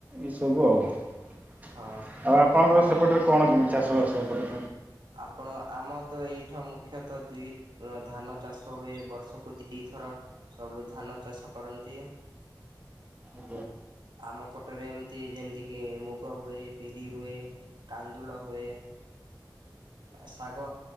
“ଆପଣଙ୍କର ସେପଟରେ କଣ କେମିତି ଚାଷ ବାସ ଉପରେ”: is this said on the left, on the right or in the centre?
Right